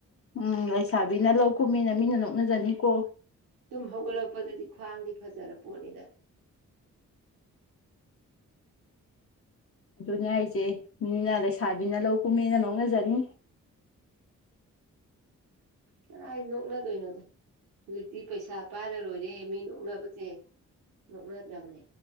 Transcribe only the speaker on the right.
ꯑꯗꯨꯨꯝ ꯍꯧꯒꯠꯂꯛꯄꯗꯗꯤ ꯈ꯭ꯋꯥꯡꯗꯤ ꯐꯖꯔ ꯄꯣꯠꯅꯤꯗ
ꯀꯅꯥꯥꯏ ꯅꯣꯛꯅꯗꯣꯏꯅꯣꯗ ꯍꯧꯖꯤꯛꯇꯤ ꯄꯩꯁꯥ ꯄꯥꯏꯔ ꯂꯣꯏꯔꯦ ꯃꯤ ꯅꯣꯛꯅꯕꯁꯦ ꯅꯣꯛꯅꯗ꯭ꯔꯕꯅꯦ